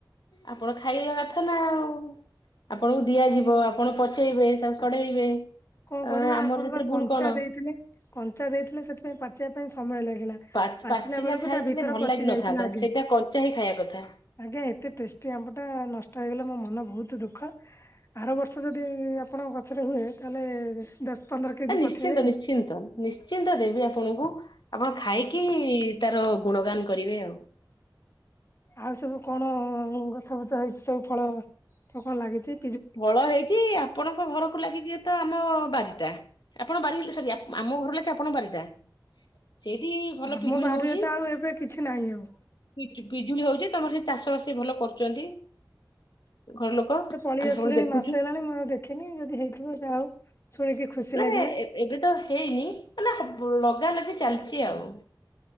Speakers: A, on the left; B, on the left.
A: ଆପଣ ଖାଇବା କଥା ନା ଆଉ। ଆପଣଙ୍କୁ ଦିଆଯିବ ଆପଣ ପଚେଇବେ ତାକୁ ସଢେଇବେ।
B: କଣ
A: ଅ
B: କରିବା
A: ଆମର
B: ଆପଣ
A: ସେଥିରେ
B: ବା କଞ୍ଚା
A: ଭୁଲ କଣ?
B: ଦେଇଥିନେ କଞ୍ଚା ଦେଇଥିଲେ ସେଥିପାଇଁ ପାଚେଇବା ପାଇଁ ସମୟ ଲାଗିଲା।
A: ପାଚ୍ ପାଚିଲା
B: ବେଳକୁ
A: ଖାଇଥିଲେ
B: ତା ଭିତର
A: ଭଲ
B: ପଚି
A: ଲାଗିିନଥାନ୍ତା
B: ଯାଇଥିଲା ଆଜ୍ଞା।
A: ସେଇଟା କଞ୍ଚା ହି ଖାଇବା କଥା।
B: ଆଜ୍ଞା ଏତେ ଟେଷ୍ଟି ଆମ୍ବ ଟା ନଷ୍ଟ ହେଇଗଲେ ମୋ ମନ ବହୁତ୍ ଦୁଃଖ। ଆର ବର୍ଷ ଯଦି ଆପଣଙ୍କ ଗଛରେ ହୁଏ ତାହେଲେ ଦଶ ପନ୍ଦର କେଜି
A: ନିଶ୍ଚିନ୍ତ
B: ପଠେଇବେ ଆଉ।
A: ନିଶ୍ଚିନ୍ତ ନିଶ୍ ନିଶ୍ଚିନ୍ତ ଦେବି ଆପଣଙ୍କୁ ଆପଣ ଖାଇକି ତାର ଗୁଣଗାନ କରିବେ ଆଉ।
B: ଆଉ ସବୁ କଣ ଗଛ ପଛ ହେଇଛି ସବୁ ଫଳ କଣ ଲାଗିଚି?
A: ଫଳ ହେଇଚି ଆପଣଙ୍କ ଘରକୁ ଲାଗିକି ତ ଆମ ବାରିଟା। ଆପଣ ବାରି ସରି ଆମ ଘର ଲାଗିକି ଆପଣଙ୍କ ବାରିଟା। ସେଇଟି ଭଲ
B: ଆମ
A: ପିଜୁଳି
B: ବାରିରେ
A: ହଉଛି।
B: ତ ଆଉ ଏବେ କିଛି ନାହିଁ ଆଉ।
A: ପିଜୁ ପିଜୁଳି ହଉଚି ତମର ସେ ଚାଷ ବାସି ଭଲ କରୁଚନ୍ତି ଘର ଲୋକ।
B: ପଳି
A: ଆମେ
B: ଆସିଲେଣି
A: ସବୁବେଳେ ଦେଖୁଛୁ।
B: ମାସେ ହେଲାଣି ମୁଁ ଆଉ ଦେଖିନି ଯଦି ହେଇଥିବ ଯା ହଉ ଶୁଣିକି ଖୁସି
A: ମାନେ
B: ଲାଗିଲା।
A: ଏବେ ତ ହେଇନି ମାନେ ହ୍ ଲଗା ଲଗି ଚାଲିଚି ଆଉ।